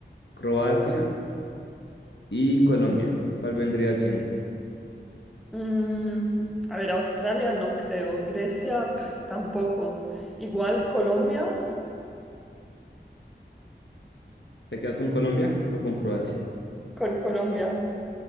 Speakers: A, on the left (about 80°); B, in the centre.
A: Croacia y Colombia. ¿Cuál vendría siendo?
B: Mm, a ver, Australia no creo. Grecia pf, tampoco. Igual Colombia
A: ¿Te quedas con Colombia o con Croacia?
B: con Colombia.